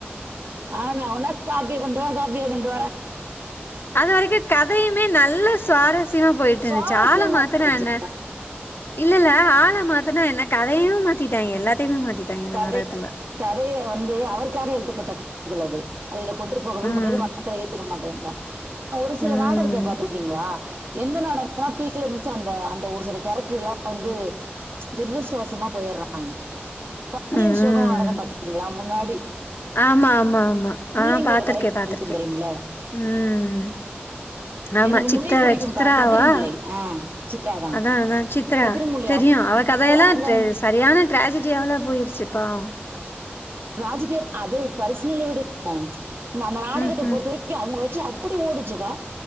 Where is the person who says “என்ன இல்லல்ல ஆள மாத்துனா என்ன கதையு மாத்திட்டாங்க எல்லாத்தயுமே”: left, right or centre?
Left